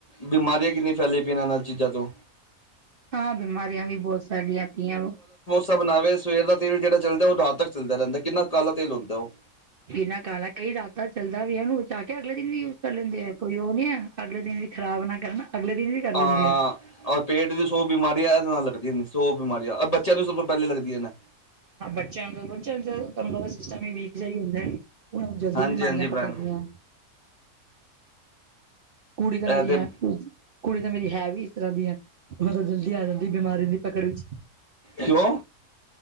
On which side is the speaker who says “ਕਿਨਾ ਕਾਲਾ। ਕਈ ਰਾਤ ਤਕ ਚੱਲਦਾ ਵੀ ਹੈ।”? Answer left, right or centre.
Right